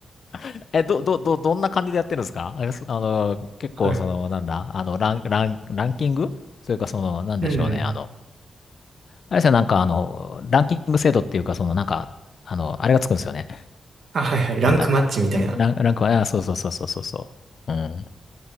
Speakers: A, on the left; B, on the right.
A: <laughs> え、ど、ど、ど、どんな感じでやってるんですかえそあの、結構その、
B: はい。
A: なんだ、あの、ラン、ラン、ランキングそれかその、なんでしょうね、
B: うんうん。
A: あの、あれですよ、なんかあの、ランキング制度っていうか、その、なんか、あの、あれがつくんですよね。
B: あ、はいはい。ランクマッチみたいな。
A: なんだろう。うん、ラン、ランクはね、あそうそうそうそうそうそう。うん。